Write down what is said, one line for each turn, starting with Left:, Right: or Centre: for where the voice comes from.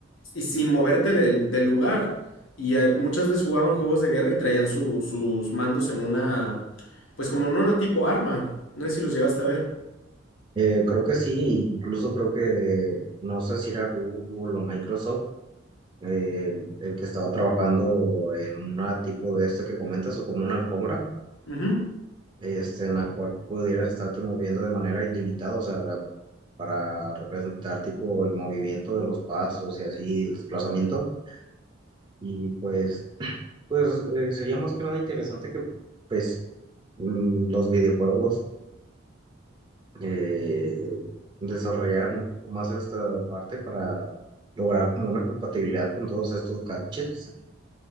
Left: y sin moverte del, del lugar. Y eh, muchas veces jugaban juegos de guerra y traían su- sus mandos en una, pues como en una tipo arma. No sé si los llegaste a ver.
Right: Eh, creo que sí, incluso creo que, no sé si era Google o Microsoft, eh, el, que estaba trabajando en una tipo de esto que comentas, o como una alfombra,
Left: Ujú.
Right: este, en la cual pudieras estarte moviendo de manera ilimitada, o sea, para representar tipo el movimiento de los pasos y así, el desplazamiento. Y pues, pues eh, sería más que nada interesante que pues mm, los videojuegos eh, desarrollaran un poco más esta parte para lograr como una compatibilidad con todos estos gadgets